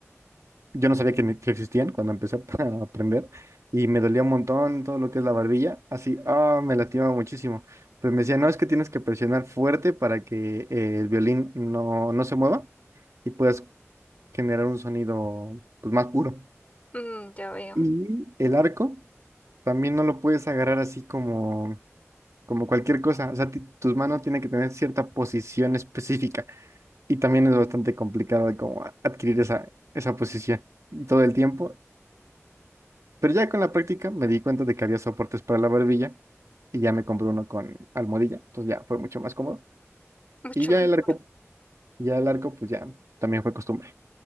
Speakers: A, on the right (about 75°); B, on the left (about 30°).
A: Yo no sabía que, ni- que existían cuando empecé <laughs> a aprender y me dolía un montón todo lo que es la barbilla. Así, ah, me lastimaba muchísimo. Pues me decía, no, es que tienes que presionar fuerte para que eh, el violín no, no se mueva y puedas generar un sonido pues, más puro.
B: Mm, ya veo,
A: Y el arco también no lo puedes agarrar así como, como cualquier cosa. O sea, ti- tus manos tienen que tener cierta posición específica. Y también es bastante complicado de como a- adquirir esa, esa posición y todo el tiempo. Pero ya con la práctica me di cuenta de que había soportes para la barbilla y ya me compré uno con almohadilla. Entonces ya fue mucho más cómodo.
B: mucho
A: Y ya
B: mejor.
A: el arco, ya el arco, pues ya también fue costumbre.